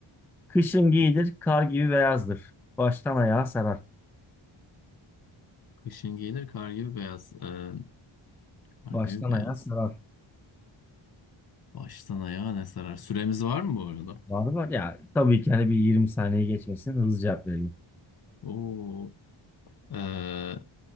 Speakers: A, in the centre; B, on the left.
A: Kışın giyilir, kar gibi beyazdır. Baştan ayağa sarar.
B: Kışın giyilir kar gibi beyaz. Ee, kar
A: Baştan
B: gibi beyaz.
A: ayağa sarar.
B: Baştan ayağa ne sarar? Süremiz var mı bu arada?
A: Var var ya. Tabii ki hani bir 20 saniye geçmesin. Hızlı cevap verelim.
B: Oo. Ee,